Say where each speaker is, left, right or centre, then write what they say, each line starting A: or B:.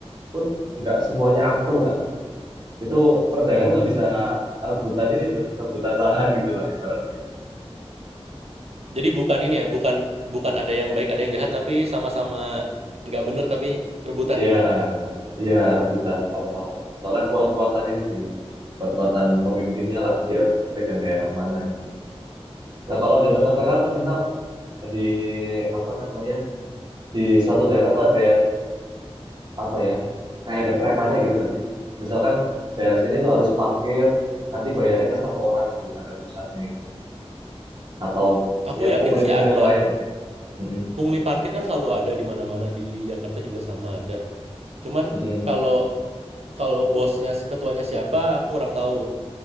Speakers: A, on the right; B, on the right.
A: pun nggak semuanya akur kak. Itu per daerah
B: Hmm.
A: tuh bisa rebutan ini tuh, rebutan lahan gitulah ibaratnya.
B: Jadi bukan ini ya, bukan bukan ada yang baik, ada yang jahat, tapi sama-sama nggak bener tapi rebutan
A: Iya,
B: gitu.
A: iya rebutan sama-sama. Soalnya kuat-kuatan ini sih, kuat-kuatan pemimpinnya lah dia pegang daerah mana gitu. Nah kalau di
B: Oh,
A: tempat kakak tuh misal di apa namanya di satu daerah tuh ada yang apa ya kayak ada premannya gitu nggak sih? Misalkan daerah sini tuh harus parkir nanti bayarnya ke satu orang gitu, ada pusatnya gitu. atau
B: aku
A: ya
B: yakin
A: pungli-pungli
B: sih ada.
A: yang lain lah. Mm-mm,
B: Pungli parkir kan selalu ada di mana-mana di Jakarta juga sama ada. Cuman
A: mm-mm.
B: kalau kalau bosnya ketuanya siapa, aku kurang tahu.